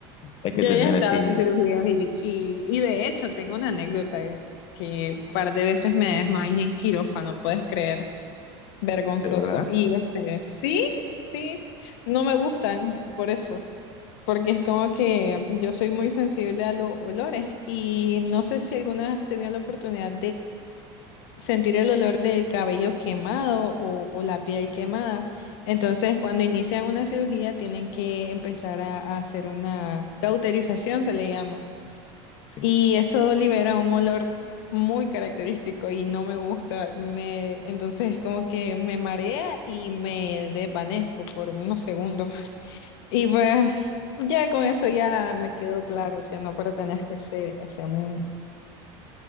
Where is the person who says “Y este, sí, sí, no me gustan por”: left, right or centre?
Left